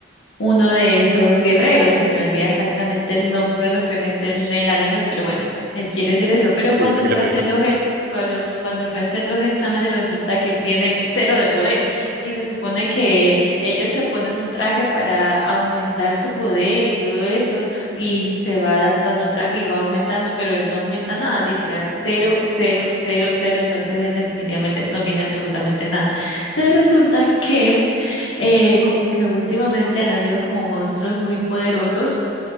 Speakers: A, on the left; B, on the right.
A: uno de esos guerreros, se me olvida exactamente el nombre referente en el anime, pero bueno, él quiere ser eso. Pero cuando
B: Sí, un guerrero.
A: fue a hacer los ex- cuando, cuando fue a hacer los exámenes, resulta que él tiene cero de poder. Y se supone que ellos se ponen un traje para aumentar su poder y todo eso, y se va adaptando al traje y va aumentando, pero él no aumenta nada, literal, cero, cero, cero, cero. Entonces él definitivamente no tiene absolutamente nada. Entonces resulta que eh, como que últimamente han habido como monstruos muy poderosos